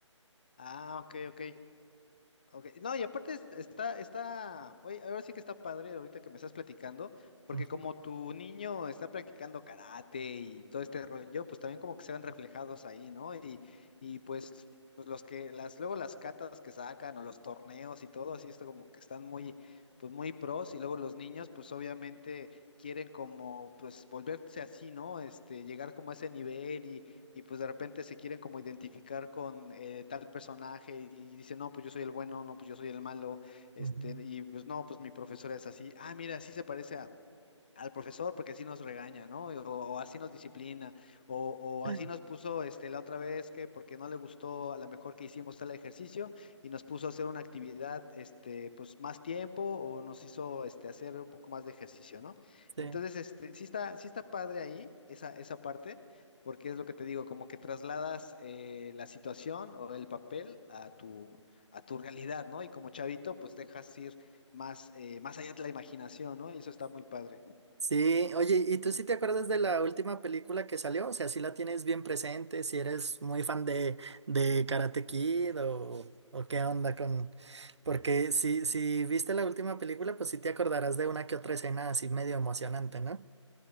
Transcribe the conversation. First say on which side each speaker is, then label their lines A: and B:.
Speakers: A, on the left; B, on the right.
A: Ah, ok, ok. Ok, No, y aparte es- está, está, oye, ahora sí que está padre ahorita que me estás platicando, porque
B: Ujú,
A: como tu niño está practicando karate y todo este rollo, pues también como que se ven reflejados ahí, ¿no? Y, y pues, pues los que, las, luego las catas que sacan o los torneos y todo, así está como que están muy, pues muy pros, y luego los niños, pues obviamente quieren como, pues volverse así, ¿no? Este, llegar como a ese nivel y pues de repente se quieren como identificar con eh, tal personaje y dicen, no, pues yo soy el bueno, no, pues yo soy el malo, este,
B: ujú.
A: y pues no, pues mi profesora es así, ah, mira, sí se parece a al profesor porque así nos regaña, ¿no? O, o así nos disciplina, o, o
B: <laughs>
A: así nos puso este, la otra vez que porque no le gustó a lo mejor que hicimos tal ejercicio y nos puso a hacer una actividad este, pues más tiempo o nos hizo este, hacer un poco más de ejercicio, ¿no?
B: Sí.
A: Entonces, este, sí está, sí está padre ahí esa, esa parte. Porque es lo que te digo, como que trasladas eh, la situación o el papel a tu, a tu realidad, ¿no? Y como chavito, pues dejas ir más, eh, más allá de la imaginación, ¿no? Y eso está muy padre.
B: Sí, oye, ¿y tú sí te acuerdas de la última película que salió? O sea, si la tienes bien presente, si eres muy fan de, de Karate Kid o, o qué onda con... Porque si, si viste la última película, pues sí te acordarás de una que otra escena así medio emocionante, ¿no?